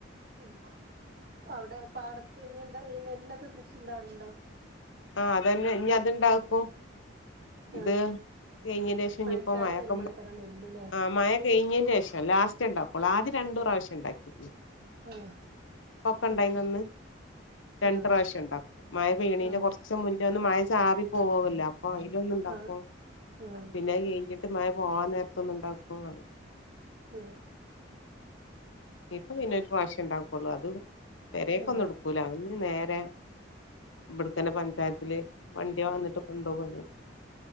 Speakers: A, on the right; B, on the left.
A: ഉം അവിടെ പാടത്ത് ഇനിഎന്താ ഈ നെല്ലൊക്കെ കൃഷിണ്ടാവൽണ്ടോ
B: ആഹ് അതന്നെ ഇനി അത്ണ്ടാകും ഇത്
A: ആഹ്
B: കഴിഞ്ഞീനേഷം
A: മഴക്കാലം
B: ഞ്ഞിപ്പോ മഴക്കെ
A: വരുമ്പളേക്കാരം നെല്ല് ല്ലേ
B: ആഹ് മഴ കഴിഞ്ഞീന്റെഷം ലാസ്റ്റ് ണ്ടാക്കളൂ ആദ്യ രണ്ടൂ പ്രാവശ്യം ണ്ടാക്കിരുന്നു
A: ആഹ്
B: ഇപ്പൊക്കെ ഇണ്ടായിഞന്ന് രണ്ട്
A: ആഹ്
B: പ്രാശ്യം ഉണ്ടാക്കും മഴ പെയ്യണീന്റെ
A: ആഹ്
B: കുറ ച്ച മുന്നേ ഒന്ന് മഴ ചാറി പോവോല്ലോ അപ്പോ അയ്ലൊന്നുണ്ടാക്കും
A: ആഹ് ആഹ്
B: പിന്നെ അത് കഴിഞ്ഞിട്ട് മഴ പോകാൻ നേരത്ത് ഒന്ന് ഉണ്ടാക്കും
A: ഉം
B: ഇപ്പ പിന്നെരു പ്രാവശ്യം ണ്ടാക്കുള്ളു അത് പേരീക്കന്നെടു
A: ആഹ്
B: ക്കൂല അത്‌ ഞ് നേരെ ഇവിടുത്തന്നെ പഞ്ചായത്തില് വണ്ടി വന്നിട്ട് കൊണ്ടോവൊള്ളൂ